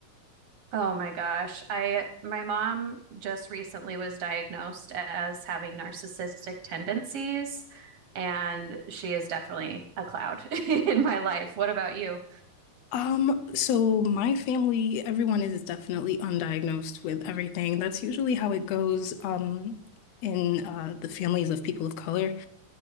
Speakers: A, on the right (about 70°); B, on the left (about 75°).
A: Oh my gosh. I my mom just recently was diagnosed as having narcissistic tendencies, and she is definitely a cloud <laughs> in my life. What about you?
B: Um, so my family, everyone is definitely undiagnosed with everything. That's usually how it goes, um, in uh, the families of people of color.